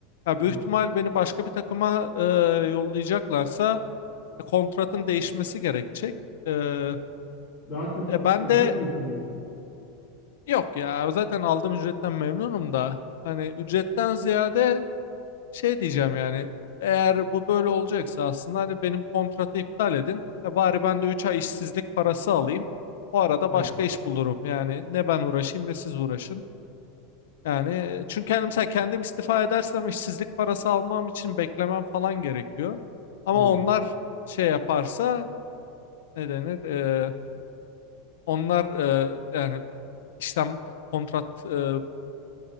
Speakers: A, on the left; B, on the left.
A: Ya büyük
B: Hı hı.
A: ihtimal beni başka bir takıma eee, yollayacaklarsa kontratın değişmesi gerekecek. Eee,
B: Daha çok
A: e ben
B: ücret
A: de
B: mi isteyeceksin?
A: Yok ya zaten aldığım ücretten memnunum da hani ücretten ziyade şey diyeceğim
B: Hı hı.
A: yani eğer bu böyle olacaksa aslında hani benim kontratı iptal edin. E bari ben de 3 ay işsizlik parası alayım. O arada
B: Evet,
A: başka iş bulurum. Yani ne ben uğraşayım ne siz uğraşın. Yani çünkü hani mesela kendim istifa edersem işsizlik parası almam için beklemem falan gerekiyor. Ama
B: evet.
A: onlar şey yaparsa ne denir? E, onlar e, yani işlem kontrat e,